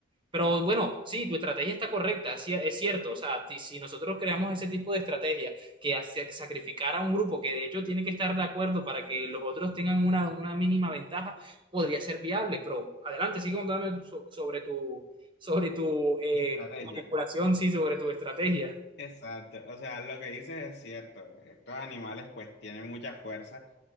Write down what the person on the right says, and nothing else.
Pero bueno, sí, tu estrategia está correcta, sí, es cierto. O sea, ti- si nosotros creamos ese tipo de estrategia que hace sacrificar a un grupo que de hecho tiene que estar de acuerdo para que los otros tengan una, una mínima ventaja, podría ser viable. Pero adelante, sigue contándome so- sobre tu, sobre tu eh,
manipulación, sí, sobre tu estrategia.